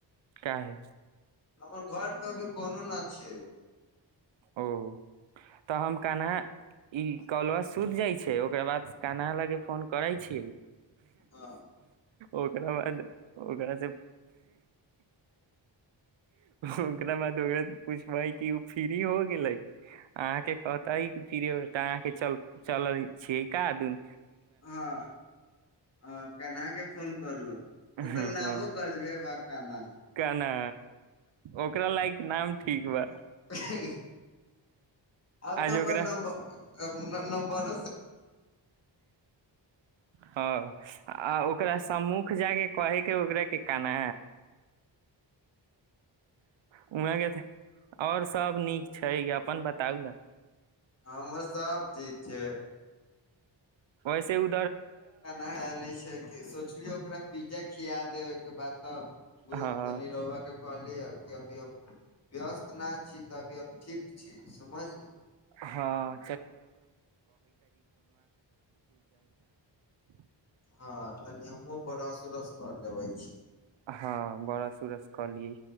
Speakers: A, on the right; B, on the left.
A: काहे?
B: हमर घर प अभी कोनो न छैय।
A: ओ तऽ हम कन्हा ई कलुआ सुति जाइ छैय ओकर बाद कन्हा लागे फोन करै छियै
B: हँ
A: ओकरा बाद ओकरासँ ओकरा बाद ओरासे पुछबय कि ओ फ्री हो गेलै? आहके कह तहिके फिर तऽ अहाँके चल चलल छियै का दुनु
B: हँ हँ कन्हा के फोन कर लेब
A: हँ,
B: ओकर नामो गजबे बा काना।
A: कान्हा ओकरा लायक नाम ठीक बा।
B: <unintelligible> आब
A: आज
B: तऽ ओकर
A: ओकरा
B: नंबर न नंबरो से
A: हँ आ ओकरा सम्मुख जायके कहेके ओकरा के केना वह आओर सब नीक छै अपन बताउ ने।
B: हमर सब ठीक छैय।
A: वैसे उ
B: ना रहली छै सोचलियौ ओकरा पिज्जा खिया देबैके बाद तऽ
A: हँ
B: तनि रौआ के कहलिय क अभी हम व्यस्त ना छी तऽ अभी हम ठीक छी समझली
A: हँ <unintelligible>
B: हँ तनी हमहुँ <unintelligible>
A: हँ बड़ सूरज कहलि